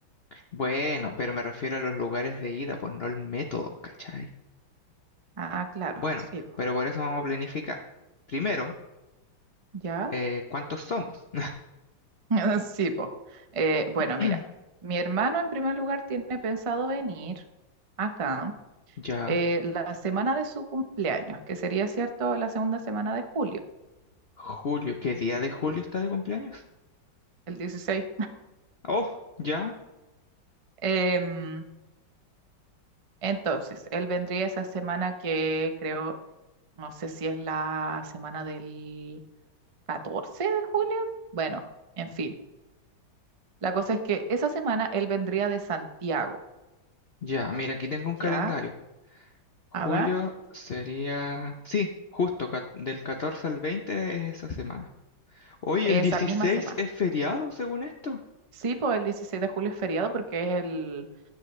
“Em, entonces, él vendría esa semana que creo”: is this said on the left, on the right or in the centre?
Right